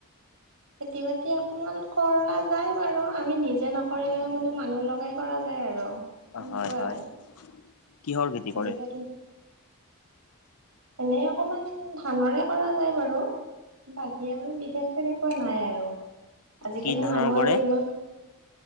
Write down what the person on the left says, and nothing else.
হয়, হয়,
কিহৰ খেতি
কৰে?
কি ধানৰ
কৰে